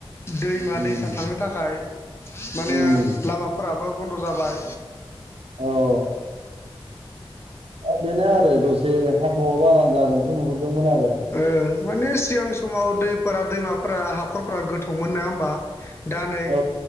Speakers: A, on the left; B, on the right.
A: दैमा
B: उम
A: -दैसा थांनो थाखाय माने
B: उम
A: लामाफोराबो बन्द' जाबाय।
B: ओ बेनो आरो दसे हाथावआबो आराम जागोन। नुहुरदोंमोन आरो।
A: ओ माने सिगां समाव दैफोरा -दैमाफोरा, हाखरफोरा गोथौमोन नङा होमबा? दा नै
B: औ